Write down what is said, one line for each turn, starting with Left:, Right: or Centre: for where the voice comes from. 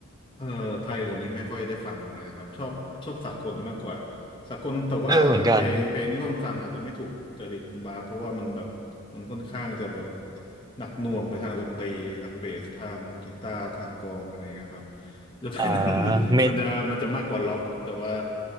Left: เอ่อไทยเดี๋ยวนี้ไม่ค่อยได้ฟังเลยครับชอบชอบสากลมากกว่าสากลแต่ว่าเพลงเพลงที่ต้นฟังอาจจะไม่ถูกจริตคุณบาสเพราะว่ามันแบบมันค่อนข้างจะแบบ
Right: เออเหมือนกัน
Left: หนักหน่วงไปทางดนตรีทางเบสทางกีตาร์ทางกลองอะไรอย่างเงี้ยครับ <laughs> จะเป็น
Right: อ่า
Left: <laughs>
Right: เมท
Left: มันจะมันจะมากกว่าล็อกแต่ว่า